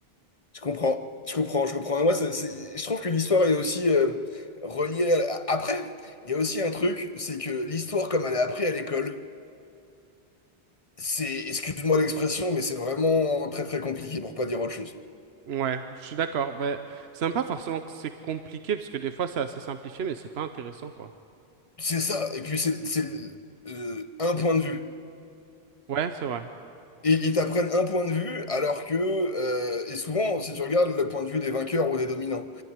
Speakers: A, on the left; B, on the right.
A: Je comprends, je comprends, je comprends. Et moi, ça- c'est- je trouve que l'histoire est aussi euh, reliée à- Après, il y a aussi un truc, c'est que l'histoire, comme elle est apprise à l'école, c'est, excuse-moi l'expression, mais c'est vraiment très très compliqué pour pas dire autre chose.
B: Ouais, je suis d'accord. Ouais, c'est même pas forcément que c'est compliqué, parce que des fois, c'est assez simplifié, mais c'est pas intéressant, quoi.
A: C'est ça, et puis c'est c'est, euh, un point de vue.
B: Ouais, c'est vrai.
A: Et ils t'apprennent un point de vue, alors que, euh, et souvent, si tu regardes le point de vue des vainqueurs ou des dominants,